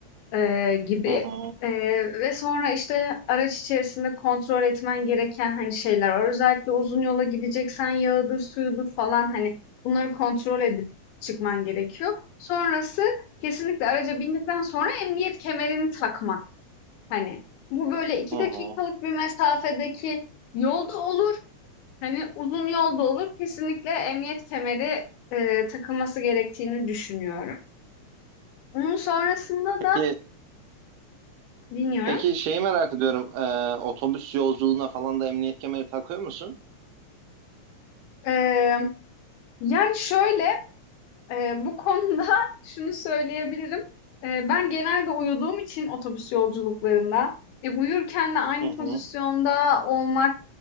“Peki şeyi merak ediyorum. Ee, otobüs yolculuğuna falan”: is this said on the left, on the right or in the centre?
Right